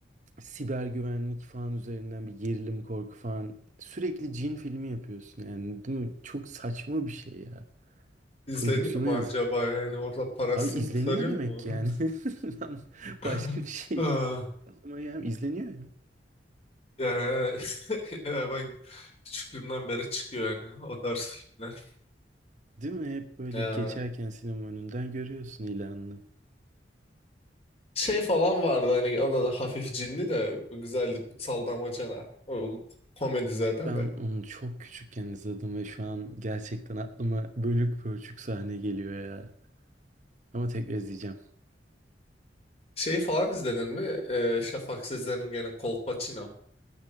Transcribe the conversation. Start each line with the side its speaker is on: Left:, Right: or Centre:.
Right: siber güvenlik falan üzerinden bir gerilim korku falan sürekli cin filmi yapıyorsun yani değil mi? Çok saçma bir şey ya.
Left: İzleniyor
Right: Prodüksiyona
Left: mu
Right: yazık.
Left: acaba yani orada parasını
Right: Abi izleniyor
Left: kurtarıyor
Right: demek
Left: mu?
Right: ki yani. <laughs> Ben
Left: <laughs>
Right: Başka bir şey
Left: Ee,
Right: aklıma gelmiyor. İzleniyor ya.
Left: Yani, <laughs> ya ben küçüklüğümden beri çıkıyor yani o tarz filmler.
Right: Değil mi? Hep böyle
Left: Ya,
Right: geçerken sinema önünden görüyorsun ilanını.
Left: şey falan vardı hani o da, da hafif cinli de güzeldi Kutsal Damacana. O komedi zaten
Right: Ben
Left: de.
Right: onu çok küçükken izledim ve şu an gerçekten aklıma bölük pörçük sahne geliyor ya. Ama tekrar izleyeceğim.
Left: Şey falan izledin mi? Ee, Şafak Sezer'in gene Kolpaçino.